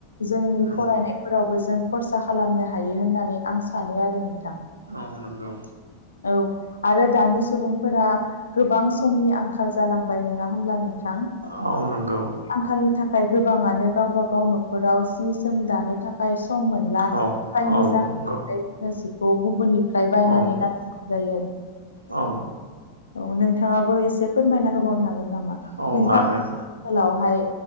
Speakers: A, on the left (about 75°); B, on the right (about 85°).
A: जोंनि
B: नंगौ
A: फरायनाय फोरावबो जों खरसा खालामनो हायो होननानै आं सानो आरो नोंथां।
B: औ नंगौ।
A: औ आरो दानि सुबुंफोरा गोबां समनि आंखाल जालांबाय नङा होमब्ला नोंथां?
B: औ नंगौ।
A: आंखालनि थाखाय गोबाङानो गावबागाव न'खराव जि सोम दानो थाखाय सम मोन बा
B: औ
A: जायनि
B: औ
A: जाहोनावखौ
B: नंगौ
A: गुबुननिफ्राय बायनानै
B: औ
A: गाननांगौ जायो
B: औ
A: औ नोंथाङाबो एसे फोरमायना होबावनो हागोन नामा
B: औ
A: नोंथां
B: हागोन
A: ओनसोलावहाय